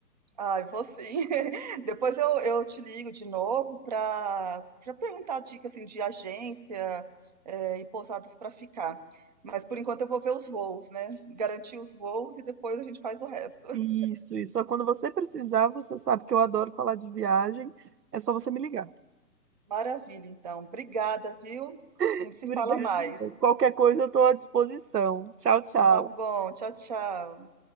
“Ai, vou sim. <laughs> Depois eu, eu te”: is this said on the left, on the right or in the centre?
Right